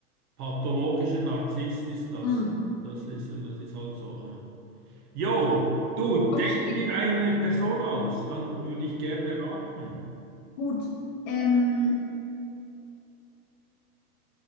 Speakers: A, on the right (about 75°); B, on the left (about 30°).
A: Pathologischer Narzisst ist das.
B: Hm.
A: Das ist, äh, das ist halt so. hä? Jo, du,
B: Okay,
A: denk dir eine Person aus, dann würde ich gerne raten.
B: gut. Ähm,